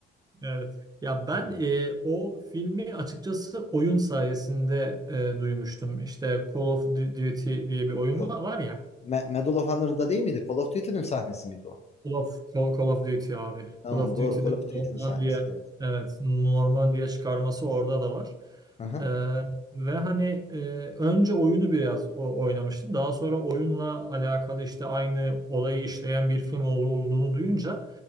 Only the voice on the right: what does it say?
Evet. Ya ben
e, o filmi açıkçası oyun sayesinde e, duymuştum. İşte Call of Duty diye bir oyun
var ya.
Call of, Call Call of Duty abi.
Call of
Duty'de
Normandiya
evet Normandiya çıkarması orada da var.
Ee, ve hani e, önce oyunu biraz o- oynamıştım. Daha sonra oyunla alakalı işte aynı olayı işleyen bir film ol- olduğunu duyunca